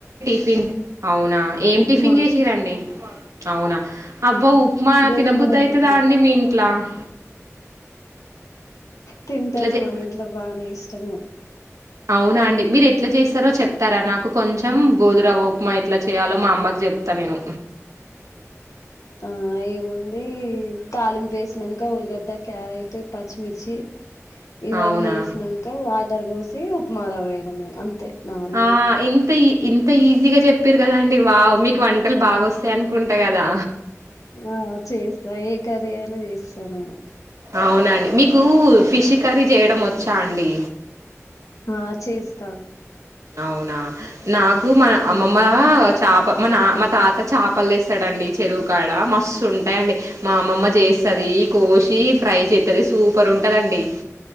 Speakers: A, on the right (about 80°); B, on the left (about 85°).
A: పిన్ అవునా ఏం
B: ఉప్మా
A: టిఫిన్ చేసిరండి అవునా అబ్బో మా
B: గోధుమ
A: తినబుద్ధి
B: రవ్వ
A: అయితేదా
B: ఉప్మా
A: అండి మీ ఇంట్లా అ
B: తింటారు
A: చే
B: మా ఇంట్లో బానే ఇష్టమే
A: అవునా అండి మీరు ఎ ఎట్లా చేస్తారో చెప్తారా
B: హ్మ్.
A: నాకు కొంచెం గోధువ ఉప్మారావ ఎట్లా చేయాలో మా అమ్మకి చెప్తా నేను
B: ఆ ఏముంది తాళిం పేసినాక ఉల్లిగడ్డ క్యారెట్ పచ్చిమిర్చి ఇవన్నీ
A: అవునా!
B: వేసినాక వాటర్ కో ఉప్మారవా వేయడమే అంతే నార్మలే
A: ఆ ఇంత ఈ ఇంత ఈ గా చెప్పారు కదా అండి వావ్ మీ వంటలు బాగొస్తాయి అనుకుంటాయి కదా
B: ఆ చేస్తా ఏ కర్రీ అయినా చేస్తా నేను
A: అవునండి మీకు ఫిష్ కర్రీ చేయడం వచ్చా అండి
B: ఆ చేస్తా
A: అవునా నాకు మ
B: ఆ
A: అమ్మమ్మ చాప మన మా తాత చాపలు తెస్తాడండి చెరువుకాడ మ స్తుఉంటాయండి మా అమ్మమ్మ చేస్తది కోశి ఫ్రై చేస్తది సూపర్ ఉంటదండి